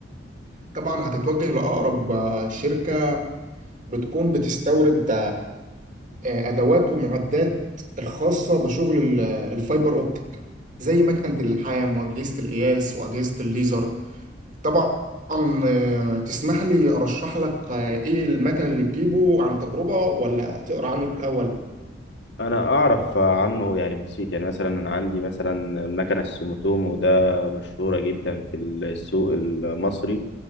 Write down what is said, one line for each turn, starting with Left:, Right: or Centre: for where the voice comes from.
Right: طبعا هتتوجه لأقرب آه، شركة بتكون بتستورد آه، ادوات ومعدات الخاصه بشغل ال- الفايبر اوبتيك زي مكنه اللحام واجهزه القياس واجهزه الليزر طبعا آه، تسمح لي ارشح لك آه، ايه المكن اللي تجيبه عن تجربه ولا تقرا عنه الاول
Left: أنا أعرف عنه يعني بسيط يعني مثلا أنا عندي مثلا المكنة السوموتومو ده مشهورة جدا في السوق المصري